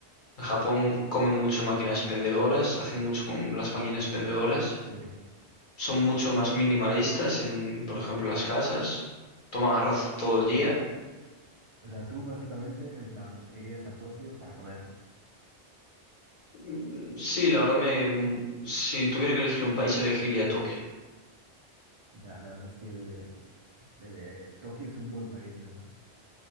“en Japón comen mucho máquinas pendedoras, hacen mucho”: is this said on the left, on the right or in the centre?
Left